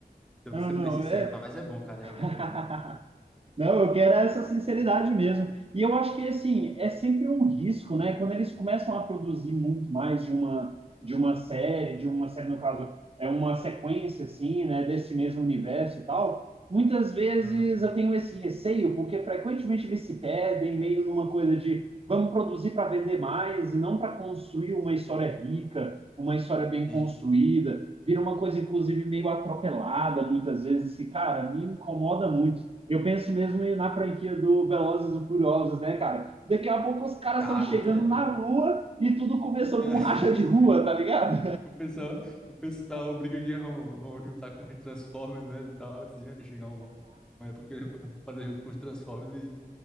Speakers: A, in the centre; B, on the right.
A: Eu
B: ah,
A: vou sendo
B: não,
A: bem sincero,
B: é.
A: mas é bom, cara,
B: <laughs>
A: eu recomendo.
B: Não, eu quero essa sinceridade mesmo. E eu acho que assim, é sempre um risco, né? Quando eles começam a produzir muito mais de uma de uma série, de uma série no caso, é uma sequência assim, né, desse mesmo universo e tal, muitas vezes
A: Aham.
B: eu tenho esse receio, porque frequentemente eles se perdem meio numa coisa de vamos produzir para vender mais e não para construir uma história rica, uma história bem
A: Isso.
B: construída. Vira uma coisa, inclusive, meio atropelada, muitas vezes, que, cara, me incomoda muito. Eu penso mesmo na franquia do Velozes e Furiosos, né, cara? Daqui a pouco os caras
A: Cara,
B: estão chegando
A: tu é doido.
B: na lua e tudo começou
A: <laughs>
B: com racha de rua, tá ligado?
A: O pessoal, o pessoal briga que vão, vão juntar com os Transformers, né? E tal, assim, aí chegar um, uma época que eles vão fazer junto com os Transformers e